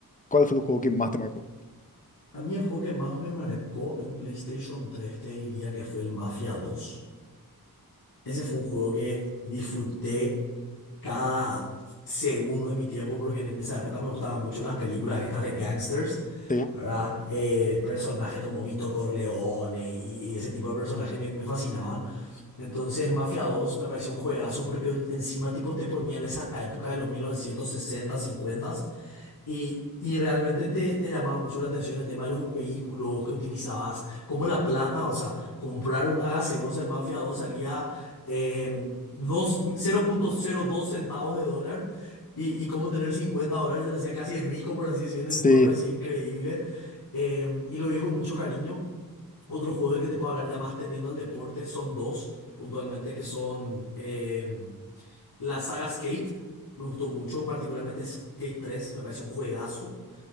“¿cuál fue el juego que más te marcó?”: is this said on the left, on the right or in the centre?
Left